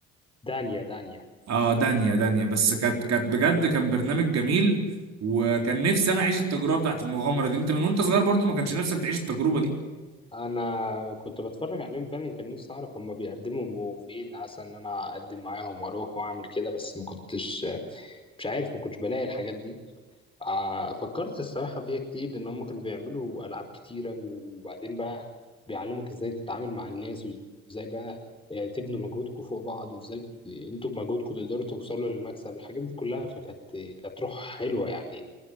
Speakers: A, on the left (about 15°); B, on the right (about 55°).
A: دانيا دانيا
B: اه دانيا دانيا بس كانت كانت بجد كان برنامج جميل وكان نفسي أنا أعيش التجربة بتاعت المغامرة دي أنت من وأنت صغير برضو ما كانش نفسك تعيش التجربة دي
A: انا كنت بتفرج عليهم فعلا كان نفسي اعرف هما بيقدموا فين عسى ان انا اقدم معاهم واروح واعمل كده بس ما كنتش مش عارف ما كنتش بلاقي الحاجات دي ع- فكرت الصراحة فيها كتير لأن هم كانوا بيعملوا ألعاب كتيرة وبعدين بقى بيعلمك إزاي تتعامل مع الناس وإزاي بقى آه، تبنوا مجهودكم فوق بعض وإزاي أنتوا بمجهودكم تقدروا توصلوا للمكسب الحاجات دي كلها فكانت كانت روح حلوة يعني